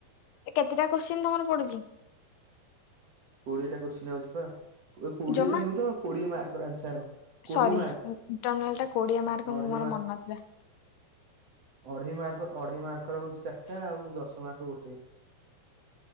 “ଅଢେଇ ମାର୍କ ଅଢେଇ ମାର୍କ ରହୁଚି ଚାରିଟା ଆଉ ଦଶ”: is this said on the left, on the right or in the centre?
Right